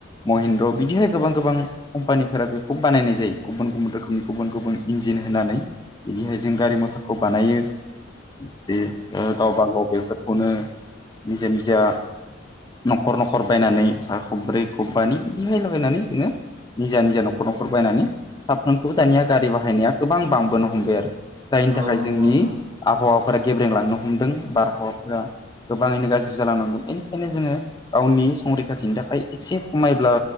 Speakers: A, on the left; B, on the right.
A: महिन्द्र बिदिहाय गोबां गोबां कम्पानिफोरा बेखौ बानायनाय जायो गुबुन गुबुन रोखोमनि गुबुन गुबुन इन्जिन होनानै बिदिहाय जों गारि मथरखौ बानायो जे ओगावबागाव बेफोरखौनो निजा निजाख न'खर न'खर बायनानै सा खब्रै खबबानि बिदिहायलाबायायनानै जोङो निजा निजा न'खर न'खर बायनानै साफ्रोमखौबो दानिया गारि बाहायनाया गोबां बांबोनो हमबाय आरो जायनि
B: औ
A: थाखाय
B: नंगौ नोंथां
A: जोंनि आबहावाफोरा गेब्रेंलांनो हमदों बारहावाफोरा गोबाङैनो गाज्रि जालांनांदों बेनिखायनो जोङो गावनि संरैखाथिनि थाखाय एसे खमायब्ला